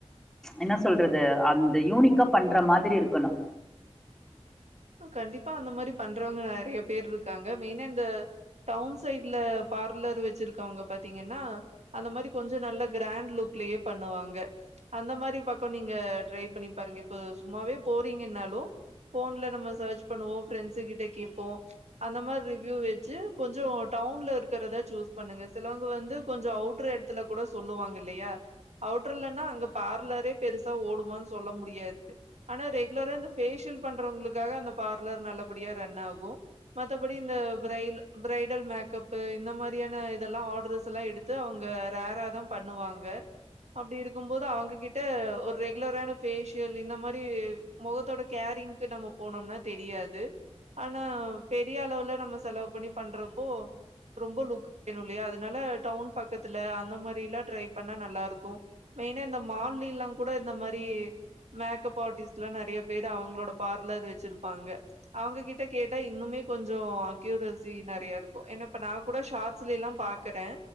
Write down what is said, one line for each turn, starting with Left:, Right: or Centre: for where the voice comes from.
Centre: என்ன சொல்றது அந்த யூனிக்கா பண்ற மாதிரி இருக்கணு
Right: கண்டிப்பா அந்த மாரி பண்றவங்க நறைய பேர் இருக்காங்க மெய்னா இந்த டவுன் சைட்ல பார்லர் வெச்சிருக்கவுங்க பாத்திங்கன்னா அந்த மாரி கொஞ்சோ நல்ல க்ராண் லு க்லியே பண்ணுவாங்க அந்த மாரி பக்கோ நீங்க ட்ரை பண்ணி பாருங்க இப்போ சும்மாவே போறிங்கன்னாலு ஃபோன் ல்ல நம்ப சேச் பண்ணுவோ ஃப்ரண்ட்ஸு கிட்ட கேப்போ அந்த மார் ரிவ்யூ வெச்சு கொஞ்சோ டவுன்ல இருக்கறதா சூஸ் பண்ணுங்க சிலவுங்க வந்து கொஞ்சோ அவுட்ரு எடத்துல கூட சொல்லுவாங்கில்லயா அவுட்ரலன்னா அங்க பார்லரே பெருசா ஓடுமான் சொல்ல முடியாது ஆனா ரெகுலரா இந்த ஃபேஷி யல் பண்றவங்ளுக் காக அந்த பார்லர் நல்லபடியா ரன் ஆகு மத்தபடி இந்த ப்ரெய்ல் ப்ரெய்டல் மேக்கப்பு இந்த மாரியான இதெல்லா ஆட்ரஸ் எல்லா எடுத்து அவுங்க ரேராதா பண்ணுவாங்க அப்டி இருக்கும் போது அவுங்ககிட்ட ஒர் ரெகுலரான பேஷியல் இந்த மாரி முகத்தோட கே ரிங்க் நம்ம போனம்னா தெரியாது ஆனா பெரிய அளவுல நம்ம செலவு பண்ணி பண்றப்போ ரொம்ப லுக் வேணு இல்லியா அதுனால அ டவுன் பக்கத்துல அந்த மாரி எல்லா ட்ரை பண்ணா நல்லா இருக்கு‌ மெயினா இந்த மால்லி எல்லாங் கூட இந்தம் மாரி மேக்கப் ஆர்டிஸ்ட்லா நறைய பேரு அவுங்ளோட பார் லர் வெச்சிருப்பாங்க அவுங்க கிட்ட கேட்ட இன்னுமே கொஞ்சோ அக்யூரசி நறையருக்கு என்ன ப நா கூட ஷாட்ஸ்ல எல்லாம் பாக்கறே